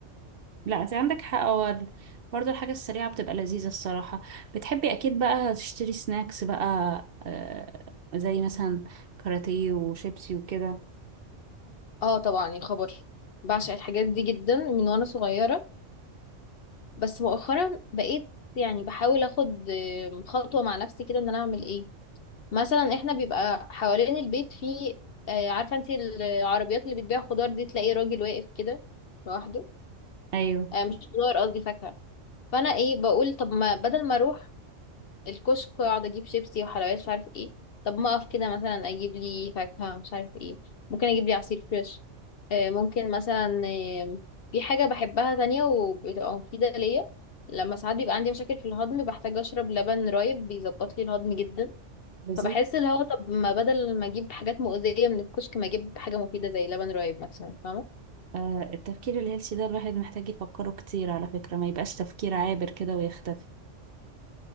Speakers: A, on the right; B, on the left.
A: لا انت عندك حق هو برضه الحاجة السريعة بتبقى لذيذة الصراحة بتحبي اكيد بقى تشتري سناكس بقى آه زي مثلا كاراتيه وشيبسي وكده
B: اه طبعا الخبر بعشق الحاجات دي جدا من وانا صغيره بس مؤخرا بقيت يعني بحاول اخد آم، خطوة مع نفسي كده ان انا اعمل ايه مثلا احنا بيبقى حوالين البيت في آه، عارفة انت العربيات اللي بتبيع خضار دي تلاقي راجل واقف كده لوحده
A: ايوه
B: آه، مش خضار قصدي فاكهة فانا ايه بقول طب ما بدل ما اروح الكشك واقعد اجيب شيبسي وحلويات مش عارف ايه طب ما اقف كده مثلا اجيب لي فاكهة مش عارف ايه ممكن اجيب لي عصير فريش آه، ممكن مثلا آه، في حاجة بحبها تانية وبتبقى مفيدة ليا لما ساعات بيبقى عندي مشاكل في الهضم بحتاج اشرب لبن رايب بيظبط لي الهضم جدا
A: لذيذ
B: فبحس اللي هو طب ما بدل ما اجيب حاجات مؤذية من الكشك ما اجيب حاجة مفيدة زي لبن رايب مثلا فاهمة
A: آه التفكير الهيلثي ده الواحد محتاج يفكره كتير على فكرة ما يبقاش تفكير عابر كده ويختفي